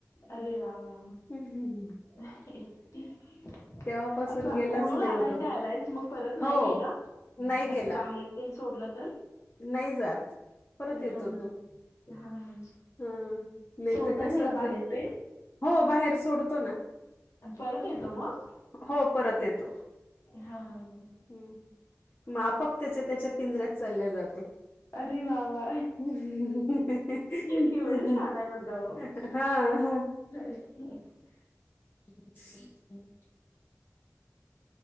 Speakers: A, on the left; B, on the left.
A: अरे वा वा वा
B: हम् हमं
A: <unintelligible>
B: ह तेव्हापासून
A: आता
B: गेलाच
A: उळून
B: नाही
A: आलाय
B: मग तो
A: ते आलायस मग परत नाही
B: हो
A: गेला?
B: नाही गेला
A: असं बाहेर तेन सोडलं तर?
B: नाही जात परत येतो
A: हा हा
B: तो.
A: हा हा
B: ह नाही
A: सोडताय
B: तर कसं
A: त्याला बाहेर तेन
B: हो बाहेर सोडतो ना.
A: अन परत येतो मग?
B: हो परत येतो.
A: हा हा हम्म
B: हम् मग आपाप त्याचा त्याच्या पिंजऱ्यात चालल्या जातो.
A: अरे वा वा
B: <unintelligible>
A: केवढं छान आहे बघा ओ
B: हा हा
A: <unintelligible>
B: <unintelligible>